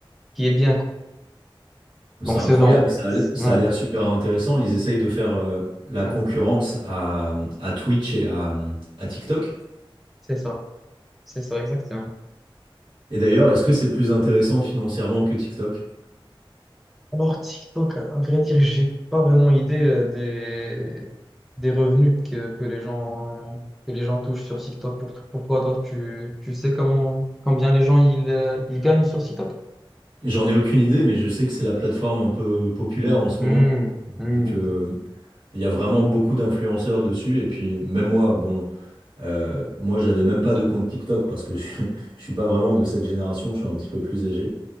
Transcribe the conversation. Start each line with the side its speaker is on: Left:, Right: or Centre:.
Centre: qui est bien, quoi. Donc,
Right: C'est incroyable,
Centre: selon.
Right: ça a, l- ça
Centre: Ouais,
Right: a l'air super intéressant. Ils essayent de faire euh, la concurrence
Centre: ouais,
Right: à, à Twitch et à, à TikTok.
Centre: c'est ça. C'est ça, exactement.
Right: Et d'ailleurs, est-ce que c'est plus intéressant financièrement que TikTok?
Centre: Alors, TikTok, à vrai dire, j'ai pas vraiment idée euh, des, des revenus que, que les gens, que les gens touchent sur TikTok. Pour, pourquoi toi, tu, tu sais comment, combien les gens ils, euh, ils gagnent sur TikTok?
Right: J'en ai aucune idée, mais je sais que c'est la plateforme un peu populaire en ce
Centre: Hmm,
Right: moment,
Centre: hmm.
Right: vu que il y a vraiment beaucoup d'influenceurs dessus. Et puis même moi, bon, euh, moi j'avais même pas de compte TikTok parce que je, suis- <laughs> je suis pas vraiment de cette génération, je suis un petit peu plus âgé.